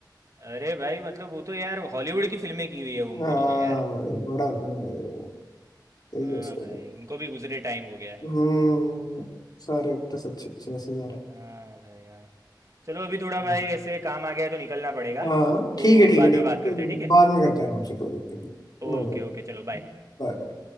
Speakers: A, on the right (about 45°); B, on the left (about 60°).
A: अरे भाई मतलब वो तो यार हॉलीवुड की फिल्में की हुई है ओमपुरी
B: हाँ
A: ने यार
B: भाई, बड़ा आदमी है भाई वो। यही
A: हाँ
B: है उसका
A: भाई
B: भी
A: उनको भी गुजरे टाइम हो गया
B: हम्म सारे एक्टर्स अच्छे अच्छे ऐसे जा रहे हैं
A: हाँ भाई हाँ चलो अभी थोड़ा भाई
B: हम्म।
A: ऐसे काम आ गया है तो निकलना पड़ेगा
B: हाँ
A: तो
B: ठीक है ठीक
A: बाद
B: है ठीक
A: में बात
B: है कोई
A: करते
B: नहीं,
A: हैं ठीक है
B: बाद में करते हैं आराम से कोई दिक्कत नहीं
A: ओके
B: बाय बाय
A: ओके चलो बाय
B: बाय।